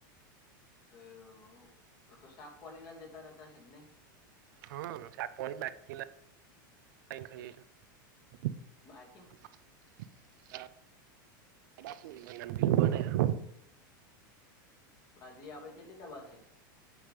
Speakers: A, on the left (about 35°); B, on the right (about 70°).
A: એવું તો તો શાક પોણી ના જતા રહેતાશે નહી
B: હમાં સાક પોણી બાકીના <unintelligible>
A: બાજીમ
B: <unintelligible>
A: બાછી આપડે કેટલી દબા થાય